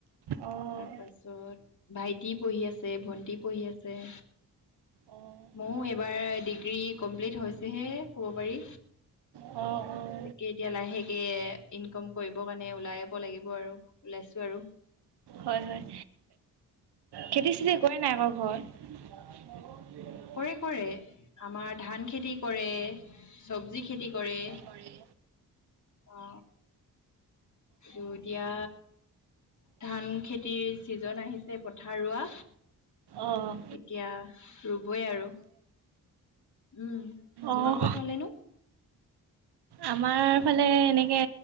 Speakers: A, on the right (about 70°); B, on the left (about 45°).
A: অ',
B: তাৰ পাছত ভাইটি পঢ়ি আছে, ভন্টি পঢ়ি আছে।
A: অ'।
B: ময়ো এইবাৰ ডিগ্ৰী কমপ্লিট হৈছেহে ক'ব পাৰি।
A: অ অ
B: তাকে এতিয়া লাহেকে ইনকম কৰিব কাৰণে ওলাই আহিব লাগিব আৰু ওলাইছো আৰু
A: হয় হয়, খেতি চেতি একোৱে নাই ক ঘৰত। <unintelligible>
B: কৰে কৰে, আমাৰ ধান খেতি কৰে, চবজি খেতি কৰে।
A: কৰে।
B: অ এইটো এতিয়া ধান খেতিৰ ছিজন আহিছে পথৰৰোৱা।
A: অ',
B: এতিয়া ৰুবই আৰু। উম, তোমালোকৰ
A: অ'।
B: ফলেনো
A: আমাৰ ফালে এনেকে